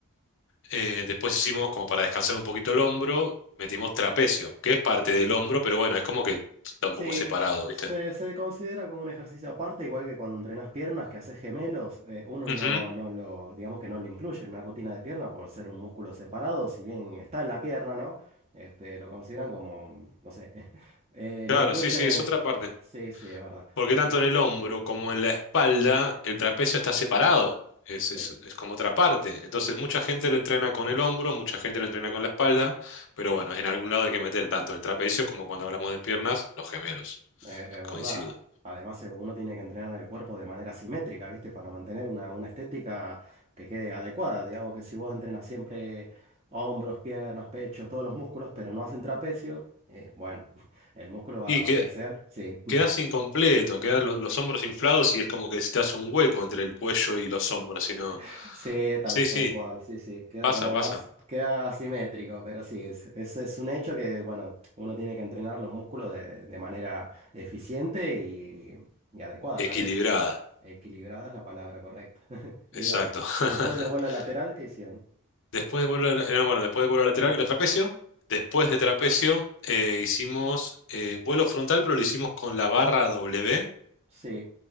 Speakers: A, on the left; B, on the right.
A: Eh, después hicimos como para descansar un poquito el hombro, metimos trapecio, que es parte del hombro, pero bueno, es como que está un
B: Sí,
A: poco separado, ¿viste?
B: se, se considera como un ejercicio aparte, igual que cuando entrenas piernas, que haces gemelos, eh, uno
A: Ujú,
B: no, no lo, digamos que no lo incluye en una rutina de pierna por ser un músculo separado, si bien está en la pierna, ¿no? Este, lo consideran como, no sé, <laughs> eh,
A: Claro,
B: lo incluyen
A: sí, sí,
B: en...
A: es otra parte.
B: Sí, sí, es verdad.
A: Porque
B: Así
A: tanto
B: que,
A: en el hombro como en la espalda, el trapecio está separado. Es,
B: sí.
A: es, es como otra parte. Entonces, mucha gente lo entrena con el hombro, mucha gente lo entrena con la espalda, pero bueno, en algún lado hay que meter tanto el trapecio como cuando hablamos de piernas, los gemelos.
B: Eh, es verdad.
A: Coincido.
B: Además, eh, uno tiene que entrenar el cuerpo de manera simétrica, ¿viste? Para mantener una, una estética que quede adecuada. Digamos que si vos entrenas siempre hombros, piernas, pechos, todos los músculos, pero no hacen trapecio, eh, bueno, <laughs> el músculo va,
A: Y
B: va
A: que
B: a crecer. Sí,
A: quedás incompleto, quedan los, los hombros inflados y es como que se te hace un hueco entre el cuello y los hombros, sino.
B: <laughs> sí, tal,
A: Sí, sí,
B: tal cual, sí, sí. Queda
A: pasa,
B: como
A: pasa.
B: más, queda asimétrico, pero sí, es, ese es un hecho que, bueno, uno tiene que entrenar los músculos de, de manera eficiente y y adecuada
A: Equilibrada,
B: también. Equilibrada es la palabra correcta. <laughs> Y
A: exacto.
B: demás.
A: <laughs>
B: Y después de vuelo lateral, ¿qué hicieron?
A: Después de vuelo, la- eh, no, bueno, después de vuelo lateral vino trapecio. Después de trapecio eh, hicimos eh, vuelo frontal, pero lo hicimos con la barra W,
B: Sí,